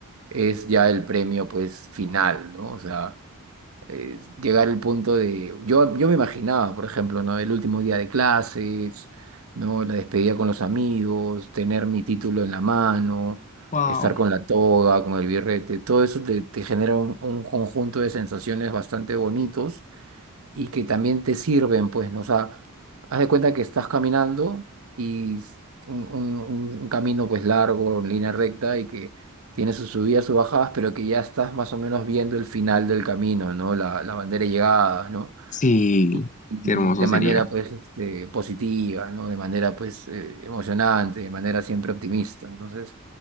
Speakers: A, on the right; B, on the left.
A: es ya el premio, pues, final, ¿no? O sea... eh, llegar al punto de... Yo, yo me imaginaba, por ejemplo, ¿no? El último día de clases, ¿no? La despedida con los amigos, tener mi título en la mano,
B: ¡Wow!
A: estar con la toga, con el birrete, todo eso te, te genera un, un conjunto de sensaciones bastante bonitos y que también te sirven, pues, ¿no? O sea, haz de cuenta que estás caminando y s- un, un- un- un camino, pues, largo, en línea recta y que tiene sus subidas, sus bajadas, pero que ya estás más o menos viendo el final del camino, ¿no? La, la bandera de llegada, ¿no?
B: Sí,
A: Y, y
B: qué hermoso
A: de manera,
B: sería.
A: pues, este, positiva, ¿no? De manera, pues, eh, emocionante, de manera siempre optimista. Entonces,